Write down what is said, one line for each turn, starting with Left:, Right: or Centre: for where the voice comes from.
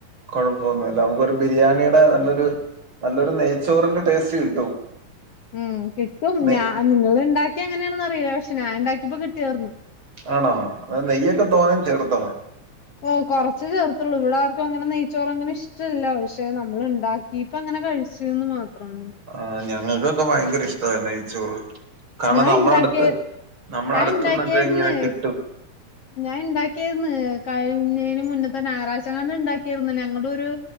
Right: കുഴപ്പമൊന്നുമില്ല നമുക്കൊരു ബിരിയാണിയുടെ നല്ലൊരു നല്ലൊരു നെയ്ച്ചോറിന്റെ ടേസ്റ്റ് കിട്ടും
Left: ഉം കിട്ടും
Right: നെയ്
Left: ഞാ നിങ്ങൾ ഉണ്ടാക്കിയപ്പൊ എങ്ങനെയാണെന്ന് അറിയില്ല പക്ഷെ ഞാൻ ഉണ്ടാക്കിയപ്പോ കിട്ടിയാർന്ന്
Right: ആണോ ആ നെയ്യൊക്കെ തോനേം ചേർത്തോ
Left: ഓ കുറച്ച് ചേർത്തുള്ളൂ ഇവിടെ ആർക്കും അങ്ങനെ നെയ്ച്ചോറ് അങ്ങനെ ഇഷ്ടമല്ല പക്ഷെ നമ്മള് ഉണ്ടാക്കിയപ്പ അങ്ങനെ കഴിച്ചൂന്ന് മാത്രം
Right: ആഹ് ഞങ്ങൾക്കൊക്കെ ഭയങ്കര ഇഷ്ടാ നെയ്ച്ചോറ് കാരണം
Left: ഞാൻ
Right: നമ്മളടുത്ത്
Left: ഇണ്ടാക്കിയ
Right: നമ്മളെ
Left: ഞാൻ
Right: അടുത്തന്നൊക്കെ
Left: ഇണ്ടാക്കിയാര്ന്ന്
Right: ഇങ്ങനെ കിട്ടും
Left: ഞാൻ ഉണ്ടാക്കിയിരുന്നു കഴിഞ്ഞതിന് മുന്നത്തെ ഞായറാഴ്ച ഉണ്ടാക്കിര്ന്ന് ഞങ്ങളൊരു